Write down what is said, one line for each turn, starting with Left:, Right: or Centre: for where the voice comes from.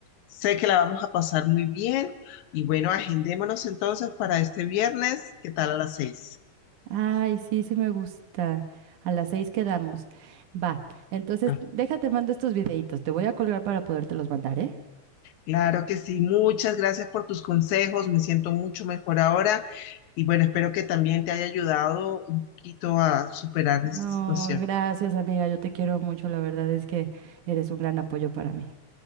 Left: sé que la vamos a pasar muy bien y bueno, agendémonos entonces para este viernes, ¿qué tal a las seis?
Right: Ay, sí, sí me gusta. A las seis quedamos. Va, entonces
Left: Ah,
Right: déjate mando estos videitos. Te voy a colgar para podértelos mandar, ¿eh?
Left: Claro que sí, muchas gracias por tus consejos, me siento mucho mejor ahora y bueno, espero que también te haya ayudado un poquito a superar
Right: No,
Left: esta situación.
Right: gracias amiga, yo te quiero mucho. La verdad es que eres un gran apoyo para mí.